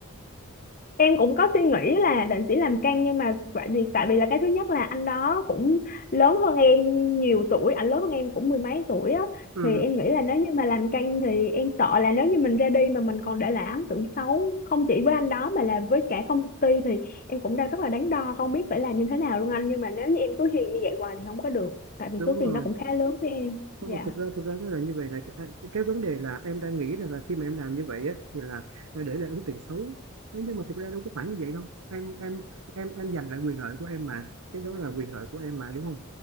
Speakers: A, on the left; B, on the right.
A: em cũng có suy nghĩ là định sẽ làm căng nhưng mà tại vì tại vì là cái thứ nhất là anh đó cũng lớn hơn em nhiều tuổi anh lớn hơn em cũng mười mấy tuổi á
B: Ừ,
A: thì em nghĩ là nếu như mà làm căng thì em sợ là nếu như mình ra đi mà mình còn để lại ấn tượng xấu không chỉ với anh đó mà là với cả công ty thì em cũng đang rất là đắn đo không biết phải làm như thế nào luôn anh nhưng mà nếu như em cứ hiền như vậy hoài thì không có được tại vì
B: đúng
A: số tiền
B: rồi.
A: đó cũng khá lớn với em
B: Không,
A: dạ
B: mà thực ra thực ra nó là như vậy là cái, cái vấn đề là em đang nghĩ rằng là khi mà em làm như vậy á, thì là ờ, để lại ấn tượng xấu Thế nhưng mà thực ra đâu có phải như vậy đâu em em em em giành lại quyền lợi của em mà cái đó là quyền lợi của em mà đúng không